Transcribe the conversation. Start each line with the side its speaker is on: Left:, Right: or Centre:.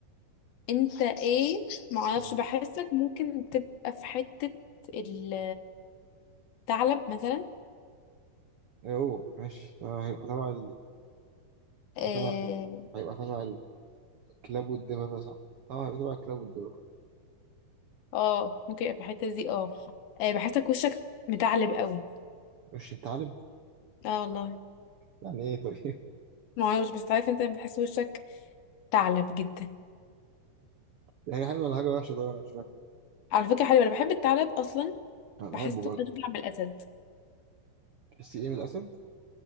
Left: انت ايه معرفش
Right: مم.
Left: بحسك ممكن تبقى في حته ال- الثعلب مثلا
Right: ايه هو ماشي آه، هيبقى تبع ال...
Left: اه
Right: هيبقى تبع ايه هيبقى تبع الكلاب والدبابه صح اه هيبقى تبع الكلاب والدبابه
Left: آه، ممكن يبقى في الحته دي اه آه، بحسك وشك متعلب قوي
Right: مش انت عالب
Left: اه والله
Right: يعني ايه طيب
Left: ما اعرفش بس عارف انت لما تحس وشك تعلب جدا
Right: <laughs> هي حلوه ولا حاجه وحشه طيب انا مش فاهم
Left: على فكره حلوه انا بحب الثعلب اصلا
Right: انا بحبه
Left: بحسه
Right: برضه
Left: اشبه من الاسد
Right: تحسي ايه من الاسد